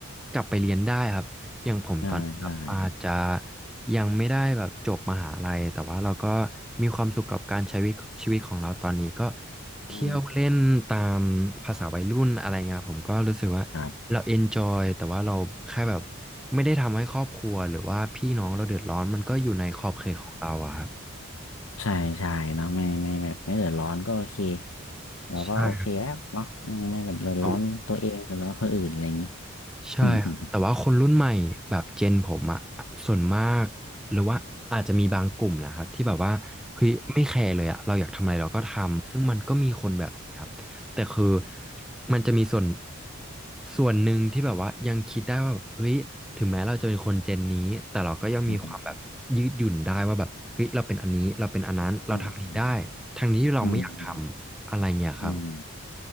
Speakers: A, in the centre; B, on the left (about 75°).
A: กลับไปเรียนได้ครับอย่างผมตอนนี้ครับอาจจะ
B: ได้ได้
A: ยังไม่ได้แบบจบมหาลัยแต่ว่าเราก็มีความสุขกับการใช้ชีวิตชีวิตของเราตอนนี้ก็เที่ยวเล่นตามภาษาวัยรุ่นอะไรเงี้ยครับผมก็รู้สึกว่าเราเอนจอยแต่ว่าเราแค่แบบ
B: อืมครับ
A: ไม่ได้ทำให้ครอบครัวหรือว่าพี่น้องเราเดือดร้อนมันก็อยู่ในขอบเขตของเราอะครับ
B: ใช่ใช่เนาะไม่ไม่แบบไม่เดือดร้อนก็โอเคเราก็โอเคแล้วเนาะอืมไม่แบบเดือดร้อนตัวเองเดือดร้อนคนอื่นอะไรอย่างนี้
A: ใช่ครับ ใช่ครับแต่ว่าคนรุ่นใหม่แบบเจนผมอะส่วนมากหรือว่าอาจจะมีบางกลุ่มนะครับที่แบบว่าเฮ้ยไม่แคร์เลยอะเราอยากทำอะไรเราก็ทำซึ่งมันก็มีคนแบบนี้ครับแต่คือ
B: อืมอืม
A: มันจะมีส่วนส่วนหนึ่งที่แบบว่ายังคิดได้ว่าเฮ้ยถึงแม้เราจะเป็นคนเจนนี้แต่เราก็ยังมีความแบบยืดหยุ่นได้ว่าแบบเฮ้ยเราเป็นอันนี้เราเป็นอันนั้นเราทำอันนี้ได้
B: อืมอืม
A: ทั้งที่เราไม่อยากทำอะไรเงี้ยครับ
B: อืมอืมอืม